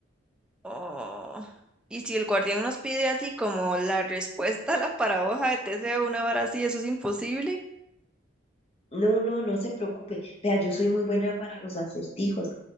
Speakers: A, in the centre; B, on the left.
A: Oh. Y si el guardián nos pide así como la respuesta a la paradoja de Teseo, una vara así, eso es imposible.
B: No, no, no se preocupe. Vea, yo soy muy buena para los acertijos.